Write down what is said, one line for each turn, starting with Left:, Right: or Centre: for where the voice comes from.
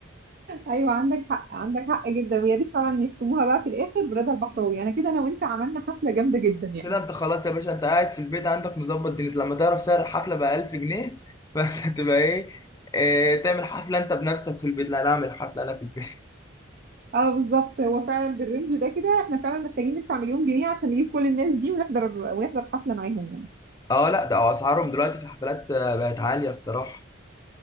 Right: ايويا عندك حق عندك حق جدا ويا ريت فعلا يختموها بقى في الاخر برضا البحراوي انا كده انا وانت عملنا حفله جامده جدا يعني
Left: كده انت خلاص يا باشا انت قاعد في البيت عندك مظبط دنيتك لما تعرف سعر الحفله ب 1000 جنيه <laughs> فانت تبقى ايه اه تعمل حفله انت بنفسك في البيت لا انا اعمل حفله انا في البيت <laughs>
Right: اه بالظبط هو فعلا بالرينج ده كده احنا فعلا محتاجين ندفع مليون جنيه عشان نجيب كل الناس دي ونحضر ونحضر حفله معاهم يعني
Left: اه لا ده اسعارهم دلوقتي في الحفلات آه، بقت عاليه الصراحه